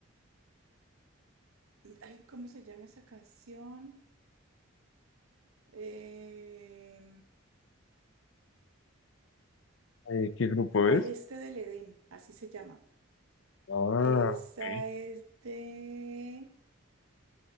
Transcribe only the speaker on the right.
ay, ¿cómo se llama esa canción? Eh,
Al
este del Edén, así se llama.
Esa
es de...